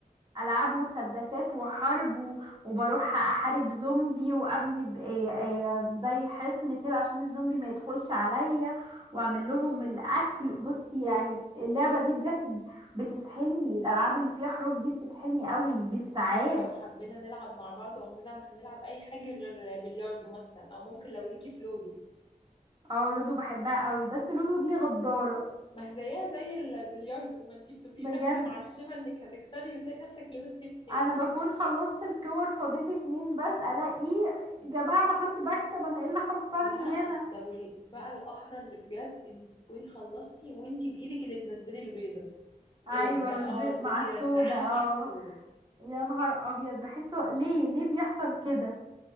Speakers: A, on the right; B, on the left.
A: العاب مسدسات وحرب و- وبروح احارب زومبي وابني ب- آه، آه، زي حصن كده عشان الزومبي ما يدخلش عليا واعمل لهم الاكل بصي يعني اللعبة دي بجد بتسحلني الالعاب اللي فيها حروب دي بتسحلني قوي بالساعات
B: احنا كده لو حبينا نلعب مع بعض عمرنا ما هنلعب اي حاجة غير بلياردو مثلا او ممكن لو ليكي في لودو
A: اه لودو بحبها قوي بس لودو دي غدارة
B: ما هي زيها زي البلياردو ما انتي بتبقي
A: بجد
B: فاكرة معشمة انك هتكسبي وتلاقي نفسك لبستي في حيط
A: انا بكون خلصت الكور فاضل لي اتنين بس الاقيه جماعه انا كنت بكسب انا ايه اللي خسرني
B: لا
A: هنا
B: ده وال- بقى القهرة اللي بجد انك تكوني خلصتي وانتي بايدك اللي تنزلي البيضة
A: ايوه
B: إيه تن- اه
A: والبيض
B: تروح
A: مع
B: يرزعاها
A: السودا اه
B: مع السودا
A: يا نهار ابيض بحسه ليه ليه بيحصل كده